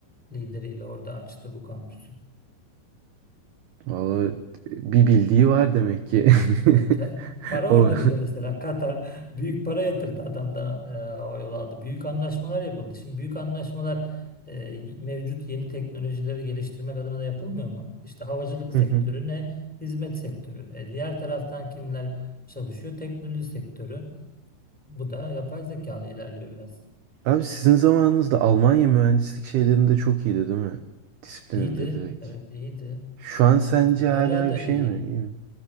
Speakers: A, in the centre; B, on the right.
A: lideriyle orada açtı bu kampüsü?
B: Valla bir bildiği var demek ki.
A: Ya ta-
B: <laughs>
A: para
B: O.
A: orada bir de mesela Katar <laughs> büyük para yatırdı adamdan e, hava yolu aldı. Büyük anlaşmalar yapıldı. Şimdi büyük anlaşmalar e, mevcut yeni teknolojileri geliştirmek adına da yapılmıyor mu? İşte havacılık sektörü
B: Hı hı.
A: ne? Hizmet sektörü. E, diğer taraftan kimler çalışıyor? Teknoloji sektörü. Bu da yapay zekalı ilerliyor biraz.
B: Abi sizin zamanınızda Almanya mühendislik şeylerinde çok iyiydi değil mi? Disiplininde
A: İyiydi.
B: direkt.
A: Evet iyiydi.
B: Şu an sence
A: Evet hala
B: hala
A: da
B: bir şey
A: iyi.
B: mi? İyi mi?